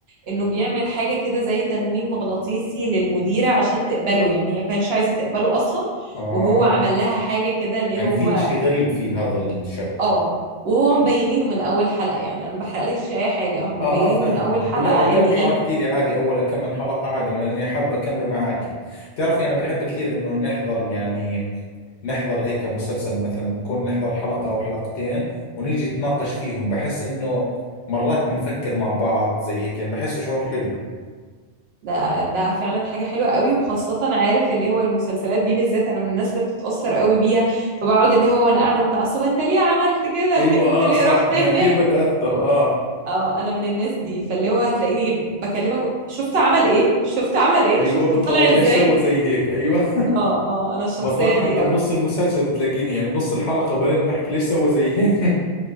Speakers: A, on the right; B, on the left.
A: انه بيعمل حاجة كده زي تنويم مغناطيسي للمديرة عشان تقبله يعني هي ما كانتش عايزة تقبله اصلا
B: اه
A: وهو عمل لها حاجة كده اللي
B: يعني
A: هو
B: في اشي غريب في هذا الشاب
A: اه وهو مبينينه من اول حلقة يعني انا ما بحرقلكش اي حاجة هم
B: اه
A: مبينين
B: اه فاهم
A: من اول
B: عليك
A: حلقة
B: ولا ولو
A: ان ايه
B: حركتي لي عادي اول كم من حلقة عادي لاني حاب اكمله معك بتعرفي انا بحب كثير انه نحضر يعني نحضر هيك مسلسل مثلا نكون نحضر حلقة أو حلقتين ونيجي نتناقش فيهم بحس إنه مرات بنفكر مع بعض زي هيك يعني بحسه شعور حلو
A: ده ده فعلا حاجة حلوة قوي وخاصة عارف اللي هو المسلسلات دي بالذات انا من الناس اللي بتتأثر قوي بيها فبقعد اللي هو وانا قاعدة متعصبة انت ليه عملت كده
B: ايوه
A: <laughs> انت
B: اه
A: ليه
B: صح
A: رحت
B: انا
A: هناك
B: كثير بتاثر اه
A: اه انا من الناس دي فاللي هو هتلاقيني بكلمك شفت عمل ايه شفت عمل ايه
B: ايوه
A: شفت
B: بالضبط
A: طلع
B: ليش
A: ازاي
B: سوى زي هيك ايوه
A: اه اه
B: <laughs>
A: انا الشخصية
B: مرات
A: دي
B: حتى
A: قوي
B: بنص المسلسل بتلاقيني يعني بنص الحلقه وبعدين بحكي ليش سوى زي هيك